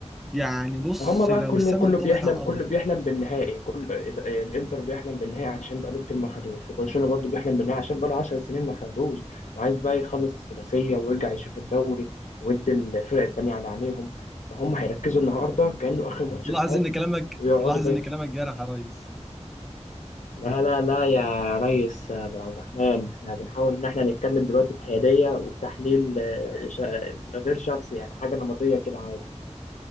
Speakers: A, in the centre; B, on the left.
A: يعني بص
B: هما بقى
A: لو
B: كله
A: السما
B: كله
A: انطبقت
B: بيحلم
A: على الأرض
B: كله بيحلم
A: كده
B: بالنهائي كل آه، الانتر بيحلم بالنهائي عشان بقاله كتير ما خدوش وبرشلونه برضو بيحلم بالنهائي عشان بقاله 10 سنين ما خدوش وعايز بقى يخلص الثلاثيه ويرجع يشوف الدوري ويدي الفرق التانيه على عينيهم فهم هيركزوا النهارده كانه اخر ماتش
A: لاحظ
B: في حياتهم
A: إن كلامك
B: ويقعدوا
A: لاحظ
B: بقى
A: إن كلامك جارح يا ريس
B: لا لا لا يا ريس عبد الرحمن احنا بنحاول ان احنا نتكلم دلوقتي بحياديه وبتحليل آه، شا- غير شخصي يعني حاجه نمطيه كده عادي